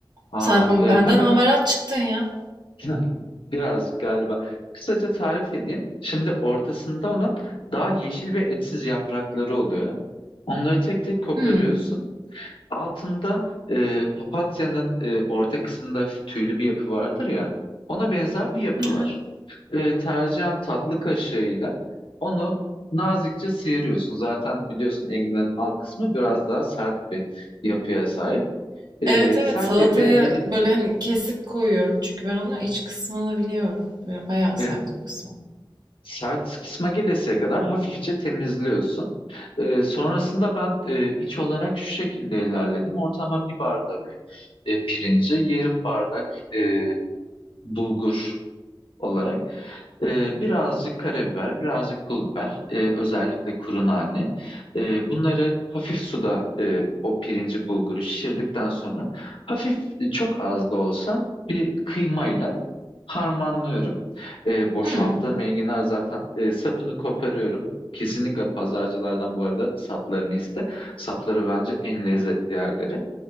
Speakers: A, on the left; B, on the right.
A: Aa,
B: Sen ham
A: e,
B: benden
A: hemen
B: hamarat çıktın ya.
A: <laughs> birazcık galiba. Kısaca tarif edeyim. Şimdi ortasında onun daha yeşil ve etsiz yaprakları oluyor. Onları tek tek koparıyorsun.
B: Hımm.
A: Altında e, papatyanın e, orta kısmında tüylü bir yapı vardır ya. Ona benzer bir yapı
B: <laughs>
A: var. E, tercihen tatlı kaşığıyla onu nazikçe sıyırıyorsun. Zaten biliyorsun enginlerin alt kısmı biraz daha sert bir yapıya sahip. E,
B: Evet, evet,
A: sert
B: salataya
A: yapıya gelip
B: böyle, hani, kesip koyuyorum çünkü ben onu iç kısmını biliyorum. Böyle bayağı
A: e,
B: sert o kısmı.
A: Sert kısma gelesiye kadar hafifçe temizliyorsun. Ee, sonrasında ben e, iç olarak şu şekilde ilerledim. Ortama bir bardak e, pirince, yarım bardak e, bulgur olarak ee, birazcık karabiber, birazcık pul biber, e, özellikle kuru nane. E, bunları hafif suda e, o pirinci bulguru şişirdikten sonra hafif e, çok az da olsa bir kıymayla harmanlıyorum. E, boşalttığım
B: Hımm.
A: enginar zaten e, sapını koparıyorum. Kesinlikle pazarcılardan bu arada saplarını iste. Sapları bence en lezzetli yerleri.